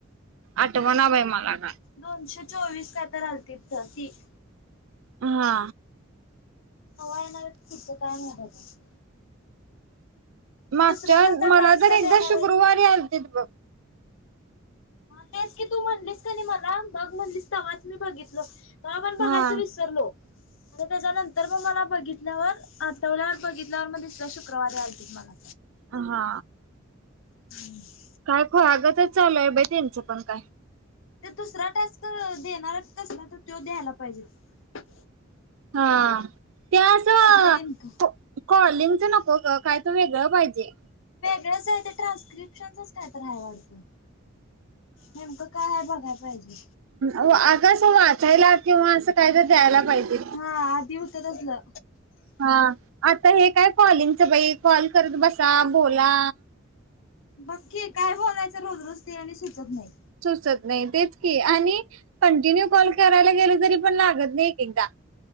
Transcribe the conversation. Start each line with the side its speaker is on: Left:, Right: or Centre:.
Right: आठवणा बाई मला. काय.
Left: दोनशे चोवीस काय <unintelligible>
Right: हा.
Left: कवा येणार आहेत पुढच काय माहिती आता.
Right: मागच्या
Left: ते दुसरा कसला
Right: मला
Left: टास्क
Right: तर एकदा
Left: देणार
Right: शुक्रवारी
Left: आहेत
Right: आते बघ.
Left: हा तेच की, तू म्हणलीस का नाही मला बघ म्हणलीस तवाच मी बघितलो. तवा पण बघायच
Right: हा.
Left: विसरलो. आणि त्याच्यानंतर मग मला बघितल्यावर, आठवल्यावर बघितल्यावर मग दसऱ्या शुक्रवारी आलतीत मला.
Right: ह हा.
Left: हम्
Right: काय खुळ्यागंच चालूय बाई त्यांचं पण काय.
Left: ते दुसरा टास्क देणार आहेत तसला तर तो द्यायला पाहिजेत.
Right: हा. ते असं
Left: इनकम
Right: काॅ कॉलिंगच नको गं काय तर वेगळं पाहिजे.
Left: च आहे ते ट्रान्स्क्रिप्शनचच काय तर आहे वाटतं. नेमक काय आहे बघाय पाहिजे.
Right: आवा अग अस वाचायला किंवा असं काय तर द्यायला. पाहिजे,
Left: हा आधी होत तसलं
Right: हा आता हे काय. कॉलिंगच बाई कॉल करत बसा, बोला.
Left: बक्की काय बोलायचं रोज रोज ते आणि सुचत नाही.
Right: सुचत नाही तेच की आणि. कंटिन्यू कॉल कर फिरायला गेल तरी पण लागत नाही एकेक दा.